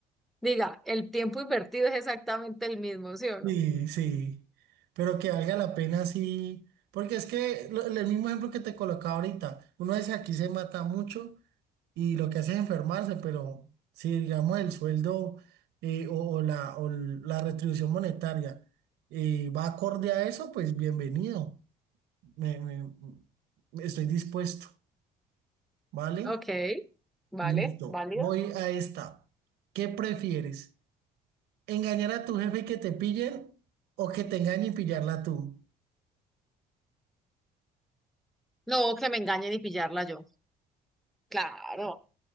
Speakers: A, in the centre; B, on the right.
A: Diga, el tiempo invertido es exactamente el mismo, ¿sí o no?
B: Sí, sí, pero que valga la pena sí, porque es que lo- el mismo ejemplo que te colocaba ahorita, uno dice aquí se mata mucho, y lo que hace es enfermarse, pero si digamos el sueldo eh, o, o la, o la retribución monetaria eh, va acorde a eso, pues bienvenido. Me, me- estoy dispuesto, ¿vale?
A: Ok, vale,
B: Listo,
A: válido.
B: voy a esta. ¿Qué prefieres? ¿Engañar a tu jefe y que te pillen o que te engañen y pillarla tú?
A: No, que me engañen y pillarla yo. Claro,